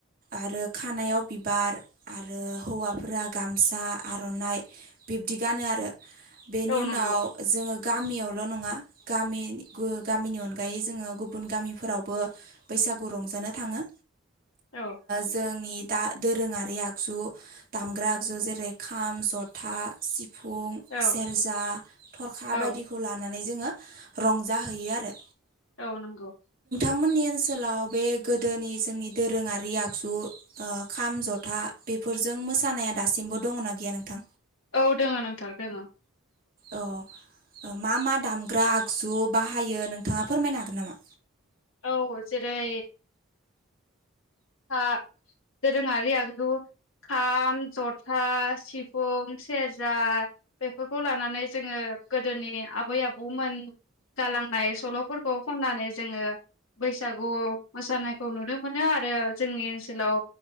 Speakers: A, on the right (about 45°); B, on the left (about 75°).
A: आरो खानायाव बिबार आरो हौवाफोरा गामसा आर'नाइ बिब्दि गानो आरो। बेनि
B: औ
A: उनाव
B: नंगौ
A: जोङो गामियावल' नङा गामि गो गामिनि अनगायै जोङो गुबुन गामिफोरावबो बै बैसागु रंजानो थाङो
B: औ
A: जोंनि दा दोरोङारि आगजु दामग्रा आगजु जेरै खाम ज'था सि फुं
B: औ
A: सेरजा थरखा
B: औ
A: बायदिखौ लानानै नानै जोङो रंजाहैयो आरो।
B: औ नंगौ।
A: बिथांमोननि ओनसोलाव बे गोदोनि जोंनि दोरोङारि आगजु ओ खाम ज'था बेफोरजों मोसानाया दासिमबो दङना गैया नोंथां।
B: औ दोङो नंथां दोङो।
A: औ मा मा दामग्रा आ गजु बाहायो नोंथाङा फोरमायनो हागोन नामा।
B: औ जेरै हा दोरोङारि आगजु खाम ज'था सिफुं सेरजा बेफोरखौ लानानै जोङो गोदोनि आबै आबौमोन गालांनाय सल'फोरखौ खननानै जोङो बैसागु मोसानायखौ नुनो मोनो आरो। जोंनि ओनसोलाव